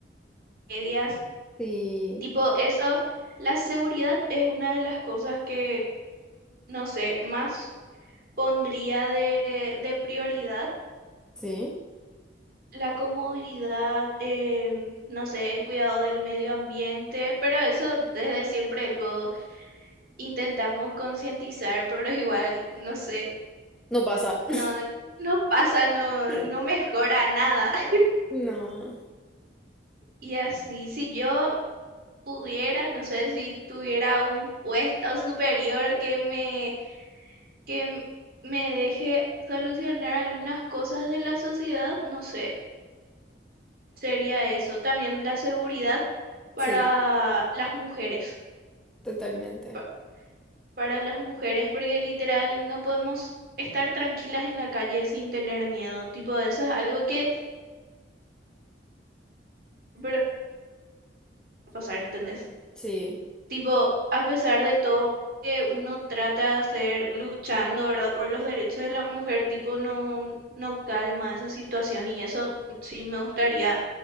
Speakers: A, on the right; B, in the centre.
A: tragedias.
B: Sí.
A: Tipo, eso, la seguridad es una de las cosas que, no sé, más pondría de, de prioridad.
B: Sí.
A: La comodidad, eh, no sé, el cuidado del medio ambiente, pero eso desde siempre lo intentamos concientizar, pero igual, no sé,
B: No pasa.
A: no, no pasa, no,
B: <laughs>
A: no mejora nada. <laughs>
B: No.
A: Y así, si yo pudiera, no sé si tuviera un puesto superior que me que m- me deje solucionar algunas cosas de la sociedad, no sé, sería eso. También la seguridad para
B: Sí,
A: las mujeres,
B: totalmente.
A: pa- para las mujeres, porque literal no podemos estar tranquilas en la calle sin tener miedo. Tipo, eso es algo que pero va a pasar, ¿entendés?
B: Sí.
A: Tipo, a pesar de todo que uno trata de hacer luchando, ¿verdad? Por los derechos de la mujer, tipo, no, no calma esa situación y eso sí me gustaría